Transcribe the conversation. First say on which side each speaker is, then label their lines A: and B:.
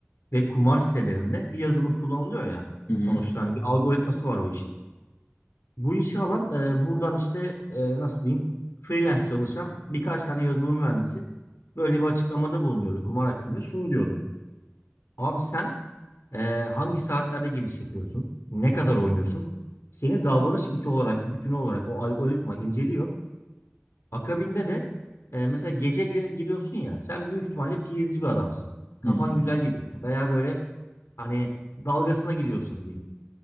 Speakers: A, on the left (about 80°); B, on the left (about 60°).
A: ve kumar sitelerinde bir yazılım kullanılıyor ya.
B: hı,
A: Sonuçta hani bir algoritması var o işin. Bu işi alan e, buradan işte e, nasıl diyeyim freelance çalışan birkaç tane yazılım mühendisi böyle bir açıklamada bulunuyordu kumar hakkında. Şunu diyordu. Abi sen Ee, hangi saatlerde giriş yapıyorsun? Ne kadar oynuyorsun? Seni davranış bütün olarak, bütün olarak o algoritma inceliyor. Akabinde de e, mesela gece gir- giriyorsun ya sen büyük ihtimalle PSG bir adamsın. Kafan
B: hı hı,
A: güzel giriyorsun veya böyle hani dalgasına giriyorsun diyeyim.